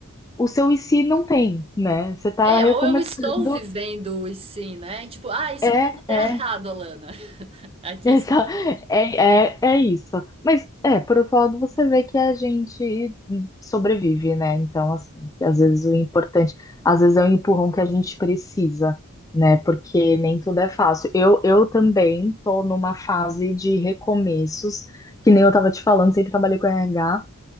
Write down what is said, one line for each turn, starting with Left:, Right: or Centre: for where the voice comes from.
Left: o seu e se não tem, né? Você tá
Right: É,
Left: recomeçando,
Right: ou eu estou vivendo o e sim, né? Tipo, ah, e se
Left: é,
Right: tudo der
Left: é.
Right: errado, Alana? <laughs> Aqui
Left: <laughs> Essa,
Right: estou eu.
Left: é, é, é isso. Mas, é, por outro lado, você vê que a gente sobrevive, né? Então, assim, que às vezes o importante, às vezes é o empurrão que a gente precisa, né? Porque nem tudo é fácil. Eu, eu também tô numa fase de recomeços, que nem eu tava te falando, sempre trabalhei com RH,